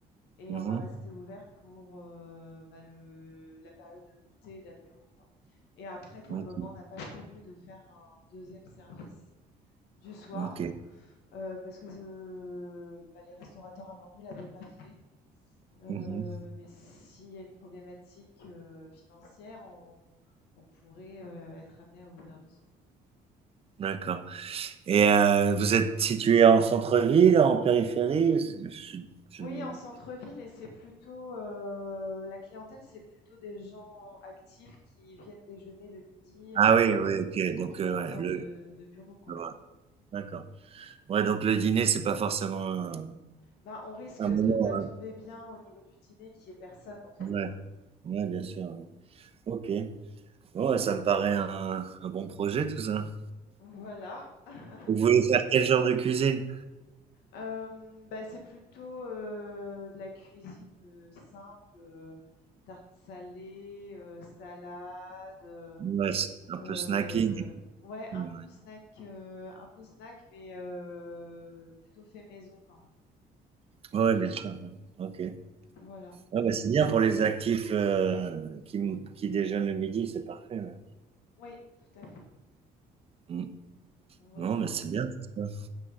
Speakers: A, on the left; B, on the right.
A: et
B: Mmh
A: on va rester ouvert pour euh, bah, le, la période de goûter et d'apéro, quoi. Et après, pour
B: mh.
A: le moment,
B: Mmh.
A: on n'a pas prévu de faire un deuxième service du soir.
B: OK.
A: euh, parce que euh, bah, les restaurateurs avant nous ne l'avaient pas fait. Euh,
B: Mmh
A: mais s'il y a une problématique euh, financière, on, on pourrait euh, être amené à ouvrir le soir.
B: D'accord et heu, vous êtes situé en centre-ville, en périphérie? Parce je je
A: Oui,
B: mmh.
A: en centre-ville, et c'est plutôt euh, la clientèle, c'est plutôt des gens actifs qui viennent déjeuner le midi
B: Ah
A: en,
B: oui, oui, OK,
A: entre
B: donc heu,
A: leurs
B: ouais,
A: heures
B: le
A: de, de bureau, quoi.
B: je vois. D'accord. Ouais, donc le dîner, c'est pas forcément un
A: Ben, on risque
B: un
A: de
B: moment
A: pas tomber bien au niveau du dîner qui est personne, en fait.
B: ouais, ouais, bien sûr, ouais. OK. Bon, bah, ça me paraît un un bon projet tout ça.
A: Voilà. <laughs>
B: Vous voulez faire quel genre de cuisine?
A: Euh, bah, c'est plutôt euh, de la cuisine euh, simple, euh, tarte salée, euh, salade, euh,
B: Ouais, c'est un
A: euh,
B: peu snacking
A: ouais, un
B: ouais.
A: peu snack, euh, un peu snack, mais euh, plutôt fait maison quand
B: Ouais, ouais, bien sûr, ouais. OK.
A: même. Voilà.
B: Ah bah, c'est bien pour les actifs euh, qui, m- qui déjeunent le midi, c'est parfait. ouais.
A: Oui, tout à fait.
B: Mm.
A: Voilà.
B: Non, mais c'est bien. c'est ça.